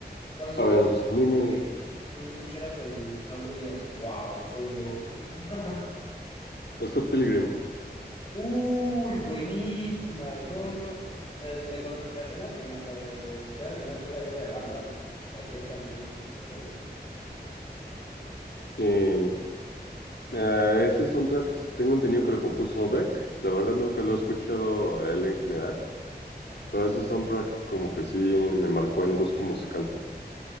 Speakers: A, on the left; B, on the left.
A: ¿Cuál ha sido
B: A ver, dime,
A: así de que tú escucharas el soundtrack y digas, wow, soy yo? <laughs>
B: Scott Pilgrim.
A: Uy, buenísima. No, no, no. La, la- cuando la escena final, o sea, de las escenas finales con la guerra de bandas, cualquier canción es joya.
B: Sí. Ah, ese soundtrack tengo entendido que lo compuso Beck. La verdad nunca lo he escuchado a él en general. Pero ese soundtrack como que sí me marcó en gusto musical.